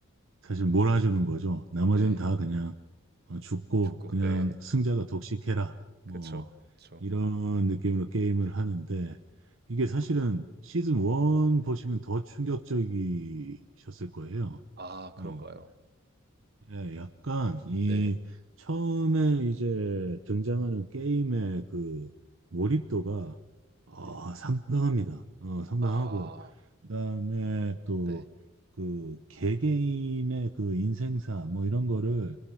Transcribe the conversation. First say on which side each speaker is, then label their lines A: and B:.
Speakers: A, on the right; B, on the right.
A: 사실 몰아주는 거죠. 나머지는
B: 네.
A: 다 그냥 어, 죽고
B: 축구.
A: 그냥
B: 네.
A: 승자가 독식해라. 뭐
B: 그쵸. 그쵸.
A: 이런 느낌으로 게임을 하는데 이게 사실은 시즌 1 보시면 더 충격적이셨을 거예요.
B: 아,
A: 어,
B: 그런가요?
A: 예, 약간 이
B: 네.
A: 처음에 이제 등장하는 게임의 그 몰입도가 어,
B: 음.
A: 상당합니다. 어, 상당하고
B: 아,
A: 그다음에 또
B: 네.
A: 그 개개인의 그 인생사 뭐 이런 거를